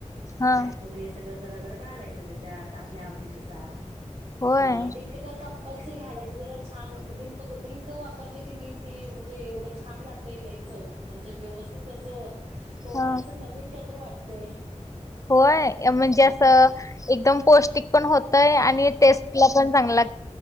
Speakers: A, on the left; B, on the right.
A: हा
B: डायफ्रूट हे सगळं जरा, जरा घालाय च तेच्यात आपल्या आवडी नुसार
A: होय
B: म डिंक तर कम पल्सरी घालायच तेच्यात छान डिंपक डिंक वापरले कीने ती म्हणजे एवढं छान लागतय लय चव म्हणजे व्यवस्थित असं तोंडाला
A: हा
B: अस नवीन काय तरी वाट तय.
A: होय ए म्हणजे असं एकदम पौष्टिक पण होतय, आणि टेस्टला पण चांग लाग